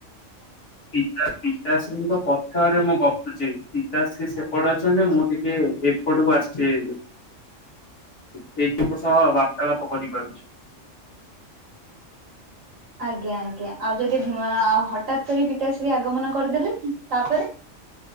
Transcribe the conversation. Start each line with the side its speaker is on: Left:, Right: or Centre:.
Left: ପିତା ପିତାଶ୍ରୀଙ୍କ କ ପଛ ଆଡ଼େ ମୁଁ ଗପୁଛି ପିତାଶ୍ରୀ ସେପଟେ ଅଛନ୍ତି ମୁଁ ଟିକେ ଏପଟକୁ ଆସିଛି ହେରି। <unintelligible> ସହ ବାର୍ତ୍ତାଳାପ କରିପାରୁଛି।
Right: ଆଜ୍ଞା ଆଜ୍ଞା ଆଉ ଯଦି ଆଃ ହଠାତ୍ କରି ପିତାଶ୍ରୀ ଆଗମନ କରିଦେଲେ ତାପରେ?